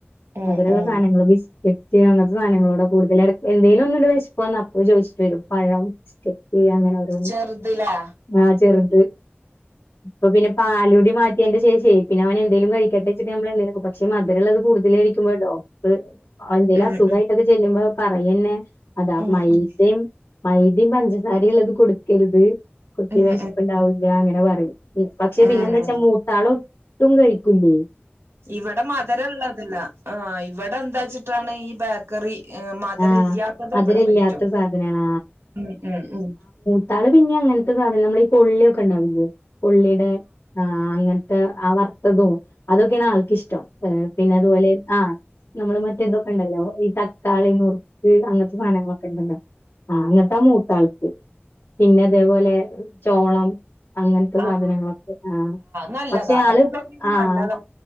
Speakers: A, on the right; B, on the left.
A: ഉം
B: മധുരള്ള
A: ഉം
B: സാനങ്ങള് ബിസ്ക്കറ്റ് റ്റ് അങ്ങനത്തെ സാധങ്ങളോട കൂടുതല് എടക്ക് എന്തേലും ഒന്നങ്ങട്ട് വെശപ്പ് വന്ന അപ്പോ ചോദിച്ചിട്ട് വരും പഴം സ്ക്കറ്റ് <unintelligible> അങ്ങനെ ഓരോന്ന്
A: ചെറുതിലേ
B: ആഹ് ചെറുത് ഇപ്പൊ പിന്നെ പാലുടി മാറ്റിയെന്റെ ചേച്ചിയെ പിന്നെയവനെന്തെലും കഴിക്കട്ടെച്ചിട്ടമ്മളു പക്ഷെ മധുരള്ളതു കൂടുതല് കഴിക്കുമ്പോ ഡോ <unintelligible> എന്തേലും
A: ഉം
B: അസുഖയിട്ടൊക്കെ
A: ഉം
B: ചെല്ലുമ്പോ പറയന്നെ
A: ഉം
B: മൈദേം
A: ഉം
B: മൈദേം പഞ്ചസാരയും ഇള്ളതു കൊടുക്കരുത് കുട്ടി
A: ഉം
B: വിശപ്പുണ്ടാവൂലാങ്ങനെ
A: ഉം
B: പറയും പക്ഷേപിന്നെന്താച്ചാ
A: ഉം ഉം
B: മൂത്താളു ഒട്ടും കഴിക്കൂ ലേ
A: ഇവിടെ മധുരൊള്ളതല്ല ആഹ് ഇവിടെ എന്താച്ചിട്ടാണീ വാ കറി മധുരഇല്ല്യത്തതേ
B: ആഹ് മധുരല്ലാത്ത
A: വിടെ പറ്റു
B: സാധനാണ്
A: ഉം ഉം
B: മൂത്താളുപിന്നെ അങ്ങനത്തെ സാധനം നമ്മളീ കൊള്ളിയൊക്കെയുണ്ടാവില്ലേ കൊള്ളിടെ ആഹ് അങ്ങനത്തെ ആ വറത്തതും അതൊക്കെയാണാൾക്കിഷ്ടം പിന്നെയതുപോലെ ആഹ് നമ്മളുമറ്റേതൊക്കെ ഇണ്ടല്ലോ ഈ ത തക്കാളി നുറുക്ക് അങ്ങത്തെ സാനങ്ങളൊക്കെ ഉണ്ടല്ലോ ആഹ് അങ്ങനത്ത യാ മൂത്താള് പിന്നതേപോലെ ചോളം അങ്ങൻത്തെ സാധനങ്ങളൊക്കെ
A: ആഹ്
B: ആഹ്
A: നല്ലതാ
B: പക്ഷെയാള്
A: അതൊക്കെ പിന്നെ
B: ആഹ്
A: നല്ലതാ